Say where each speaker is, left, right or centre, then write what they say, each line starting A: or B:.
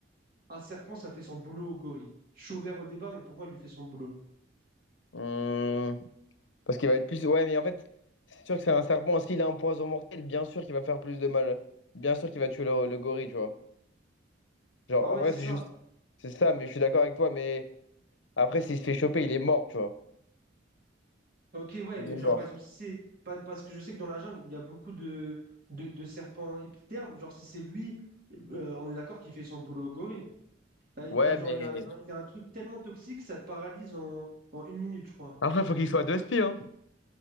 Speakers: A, on the right; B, on the left.
A: un serpent, ça fait son boulot au gorille. Je suis ouvert au débat, mais pour moi, il lui fait son boulot.
B: Hum, Parce qu'il va être plus. Ouais, mais en fait, c'est sûr que c'est un serpent. S'il a un poison mortel, bien sûr qu'il va faire plus de mal. Bien sûr qu'il va tuer le, le gorille, tu vois. Genre,
A: Bah ouais,
B: en vrai,
A: c'est
B: c'est
A: ça.
B: juste. C'est ça, mais je suis d'accord avec toi. Mais après, s'il se fait choper, il est mort, tu vois.
A: Ok, ouais,
B: Il
A: mais
B: est mort.
A: genre par exemple, si c'est. pa- Parce que je sais que dans la jungle, il y a beaucoup de, de, de serpents épithermes. Genre, si c'est lui, euh, on est d'accord qu'il fait son boulot au gorille. Ah, Il
B: Ouais,
A: a, genre,
B: mais.
A: il a, il a- il a un truc tellement toxique, ça te paralyse en, en une minute, je crois.
B: Après, faut qu'il soit deux spies, hein.